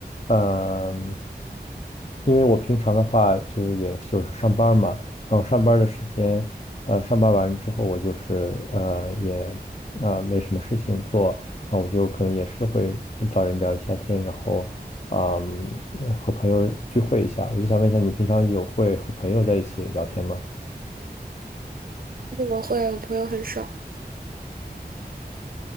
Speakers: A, on the left; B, on the right.
A: 嗯，因为我平常的话，其实也就是上班儿嘛，然后上班儿的时间，呃，上班完之后，我就是呃也啊、呃没什么事情做，然后我就可能也是会找人聊一下天，然后，嗯，和朋友聚会一下。我就想问一下，你平常有会和朋友在一起聊天吗？
B: 你怎么会啊？我朋友很少。